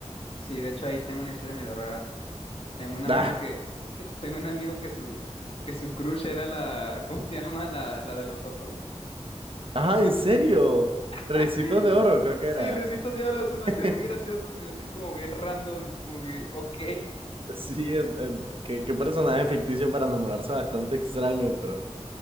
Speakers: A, on the left; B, on the right.
A: sí, de hecho ahí tengo una historia medio rara. Tengo un amigo
B: Ah,
A: que, <laughs> tengo un amigo que su, que su crush era la, <laughs> ¿cómo se llama? La, la de los osos.
B: ajá, en serio, Ricitos
A: <laughs>
B: de Oro creo que era.
A: Sí, Ricitos de Oro, se
B: <laughs>
A: me hacía muy gracioso, se me hacía como bien random, como que, ok.
B: Sí, em- em, qué, qué personaje ficticio para enamorarse bastante extraño, pero,